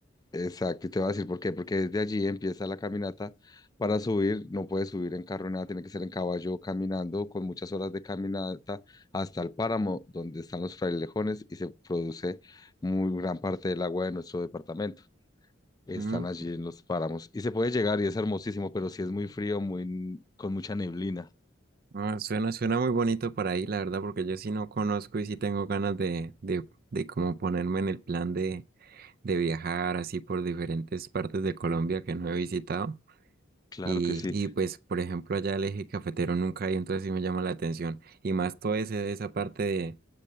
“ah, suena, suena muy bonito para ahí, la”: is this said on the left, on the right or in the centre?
Right